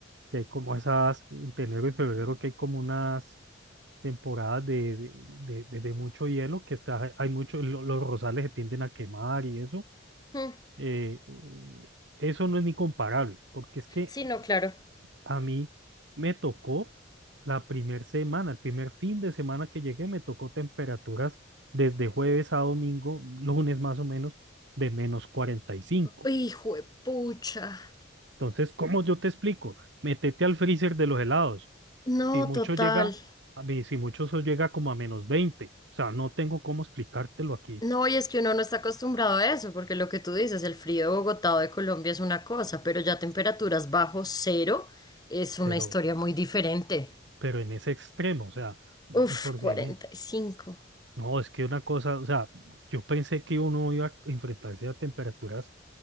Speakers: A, on the right; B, on the left.
A: que hay como esas, entre enero y febrero, que hay como unas temporadas de, de, de- de- de mucho hielo, que está, hay mucho, lo- los rosales se tienden a quemar y eso.
B: Mm,
A: eh, eh, eso no es ni comparable, porque es que
B: Sí, no, claro.
A: a mí me tocó la primer semana, el primer fin de semana que llegué, me tocó temperaturas desde jueves a domingo, lunes más o menos, de menos cuarenta y cinco
B: Hijo de pucha.
A: Entonces, ¿cómo yo te explico? Métete al freezer de los helados.
B: No,
A: Si mucho
B: total.
A: llega, a mí, si mucho eso llega como a menos veinte O sea, no tengo cómo explicártelo aquí,
B: No, y es que uno no está acostumbrado a eso, porque lo que tú dices, el frío de Bogotá o de Colombia es una cosa, pero ya temperaturas bajo cero es una
A: pero,
B: historia muy diferente.
A: pero en ese extremo, o sea, de
B: Uf,
A: por
B: cuarenta
A: sí,
B: Y cinco.
A: no, es que una cosa, o sea, yo pensé que uno iba a enfrentarse a temperaturas